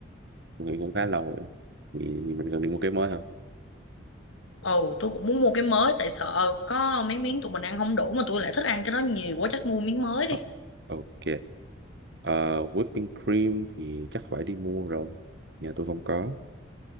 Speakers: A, on the right (about 55°); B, on the left (about 75°).
A: người cũng khá lâu rồi thì mình cần đi mua cái mới hả
B: Ồ, tôi cũng muốn mua cái mới tại sợ có mấy miếng tụi mình ăn không đủ mà tôi lại thích ăn cái đó nhiều quá chắc mua miếng mới đi.
A: Ờ, ok Ờ, whipping cream thì chắc phải đi mua rồi nhà tôi không có